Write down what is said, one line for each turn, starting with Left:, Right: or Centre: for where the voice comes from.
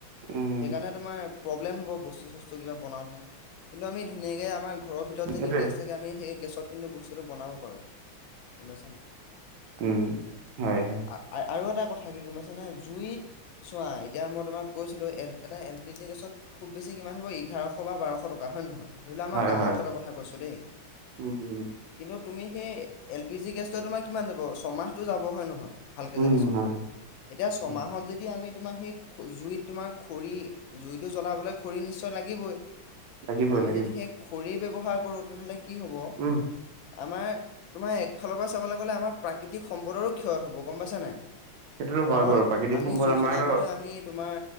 Right: উম,
Left: সেইকাৰণে তোমাৰ <unintelligible> প্ৰব্লেম হ'ব বস্তু-চস্তু কিবা বনাওতে। কিন্তু আমি ধুনীয়াকে আমাৰ ঘৰৰ ভিতৰত যদি
Right: এইটোৱে
Left: গেছ থাকে <unintelligible> গতিকে আমি সেই গেছত কিন্তু বস্তুটো বনাব পাৰো গ'ম পাইছা নাই। <unintelligible>
Right: উম! হয়। <unintelligible>
Left: <unintelligible> আৰু এটা কথা কি গ'ম পাইছানে জুইত চোৱা এতিয়া মই তোমাক কৈছিলো এ এটা এলপিজি গেছত <unintelligible> খুব বেছি কিমান হ'ব এঘাৰশ বা বাৰশ টকা হয় নহয়? <unintelligible> ধৰি লোৱা আমাৰ
Right: হয়,
Left: গাওঁ
Right: হয়।
Left: অঞ্চলৰ কথা কৈছো দেই <unintelligible>
Right: উম,
Left: কিন্তু তুমি সেই এলপিজি গেছটো তোমাৰ কিমান যাব ছমাহটো যাব হয় নহয়? <inaudible> ভালকৈ
Right: উম,
Left: যদি
Right: উম,
Left: চলায়।
Right: হয়,
Left: এতিয়া ছমাহত
Right: হয়,
Left: যদি আমি তোমাৰ সেই জুইত তোমাৰ খৰি <inaudible> জুইটো জ্বলাবলৈ খৰি নিশ্চয় লাগিবই। <inaudible>
Right: লাগিবই
Left: আমি
Right: লাগিব
Left: যদি সেই খৰি ব্যৱহাৰ কৰোঁ তেনেহ'লে কি হ'ব <unintelligible>
Right: উম,
Left: আমাৰ তোমাৰ একফালৰ পৰা চাবলৈ গ'লে আমাৰ প্ৰাকৃতিক সম্পদৰো ক্ষয় হ'ব গম পাইছা নাই? <inaudible>
Right: সেইটোতো হয়
Left: কাৰণ
Right: বাৰু প্ৰাকৃতিক
Left: আমি
Right: সম্পদ
Left: জুই
Right: আমাৰ
Left: জ্বলাবলৈ আমি তোমাৰ